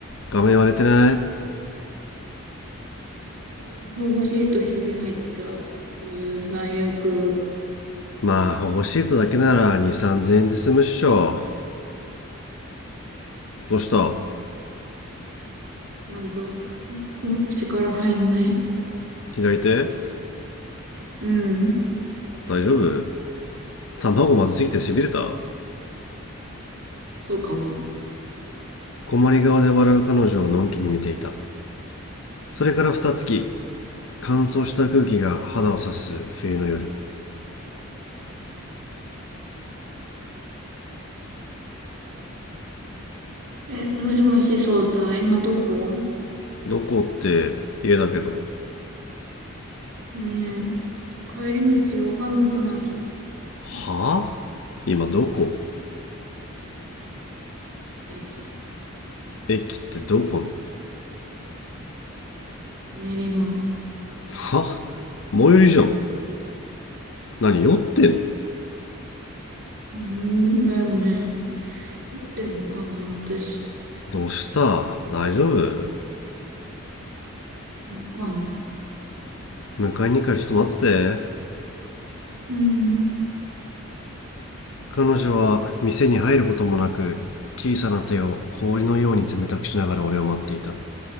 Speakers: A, on the left; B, on the right.
A: 画面割れてない
B: うん保護シートひび入った。うーん、最悪。
A: まあ保護シートだけなら23000円で済むっしょどうした
B: うんなんか、うん、口から入んない。
A: 左手
B: うん、
A: 大丈夫卵まずすぎてしびれた
B: そうかも。
A: 困り側で笑う彼女をのんきに見ていたそれから二月乾燥した空気が肌を刺す冬の夜
B: え、もしもし、そうた、今どこ
A: どこって家だけど
B: ねえ、帰り道わかんなくなっちゃって。
A: はぁ今どこ
B: 駅、
A: 駅ってどこの
B: 練馬。
A: は最寄りじゃん。何酔ってんの
B: うん、だよね。酔ってんのかな私、
A: どうした大丈夫
B: わかんない。
A: 迎えに行くからちょっと待ってて。
B: うん。
A: 彼女は店に入ることもなく、小さな手を氷のように冷たくしながら俺を待っていた。